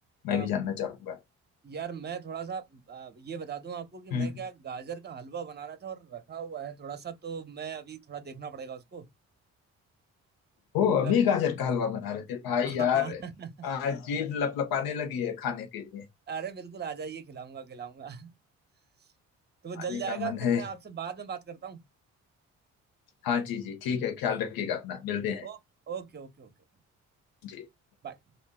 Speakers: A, on the left; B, on the right.
A: मैं
B: अब
A: भी जानना चाहूंगा
B: यार मैं थोड़ा सा अ, ये बता दूं आपको कि
A: हम्म
B: मैं क्या गाजर का हलवा बना रहा था और रखा हुआ है थोड़ा सा तो मैं अभी थोड़ा देखना पड़ेगा उसको
A: वो
B: मैं
A: अभी गाजर का हलवा बना रहे थे भाई
B: हाँ
A: यार
B: <laughs>
A: आ, जीभ लपलपाने लगी है खाने के लिए
B: अरे बिल्कुल आ जाइए खिलाऊंगा खिलाऊंगा <laughs> तो वो
A: आने
B: जल जाएगा
A: का मन
B: फिर
A: है
B: मैं आपसे बाद में बात करता हूँ
A: हाँ जी जी ठीक है ख्याल रखिएगा अपना मिलते हैं
B: Okay okay okay okay
A: जी
B: Bye